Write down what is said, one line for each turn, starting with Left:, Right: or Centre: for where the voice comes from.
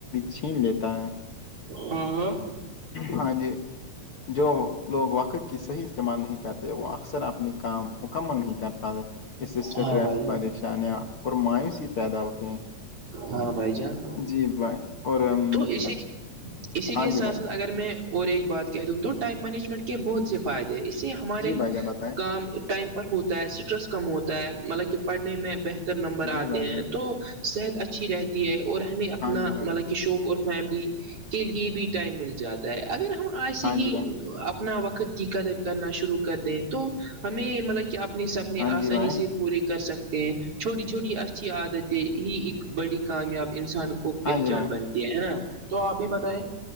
Left: چھین لیتا ہے
Right: ہاں ہاں
Left: ہاں جی جو لوگ وقت کی صحیح استعمال نہیں کرتے وہ اکثر اپنی کام مکمل نہیں کر پاتے اس سے اسٹریس
Right: ہاں بھائی جان
Left: پریشانیاں اور مایوسی پیدا ہوتے ہیں
Right: ہاں بھائی جان
Left: جی بھائی اور ام،
Right: تو اسی اسی
Left: ہاں
Right: کے ساتھ
Left: جی بھائی
Right: ساتھ اگر میں اور ایک بات کہہ دوں تو ٹائم مینجمنٹ کے بہت سے فائد ہیں اسے ہمارے
Left: جی بھائی جان بتائیں
Right: کام ٹائم پر ہوتا ہے اسٹریس کم ہوتا ہے مطلب کہ پڑھنے میں بہتر نمبر آتے
Left: جی بھائی
Right: ہیں
Left: جان
Right: تو صحت اچھی رہتی ہے اور ہمیں اپنا
Left: ہاں جی بھائی
Right: مطلب کہ شوق اور فیملی کے لیے بھی ٹائم مل جاتا ہے اگر ہم آج سے
Left: ہاں
Right: ہی
Left: جی بھائی
Right: اپ اپنا وقت کی قدر کرنا شروع کر دیں تو ہمیں مطلب کہ اپنے سپنے
Left: ہاں
Right: آسانی
Left: جی بھائی
Right: سے پورے کر سکتے ہیں چھوٹی چھوٹی اچھی عادتیں ہی ایک بڑی کامیاب انسان خوب
Left: ہاں
Right: پہچان
Left: جی بھائی
Right: بنتی ہے ہے نا تو آپ بھی بتائے